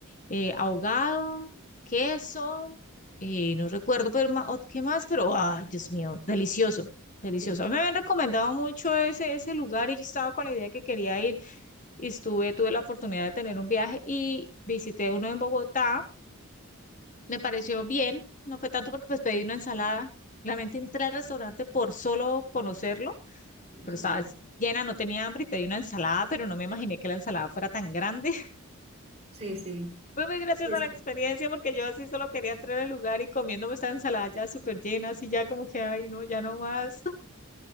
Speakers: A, on the left; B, on the right.
A: eh, ahogado, queso, eh, no recuerdo pero ma- o- qué más, pero, ay, Dios mío, delicioso, delicioso.
B: Sí,
A: A mí me habían recomendado mucho ese, ese lugar y yo estaba con la idea que quería ir y estuve, tuve la oportunidad de tener un viaje y visité uno en Bogotá, me pareció bien, no fue tanto porque pues pedí una ensalada, realmente entré al restaurante por solo conocerlo
B: curiosidad.
A: pero estabas llena, no tenía hambre y pedí una ensalada, pero no me imaginé que la ensalada fuera tan grande. <laughs>
B: Sí, sí. sí.
A: Fue muy graciosa
B: Es
A: la
B: que,
A: experiencia porque yo así solo quería entrar al lugar y comiéndome esa ensalada ya súper llena, así ya como que, ay, no, ya no más. <laughs>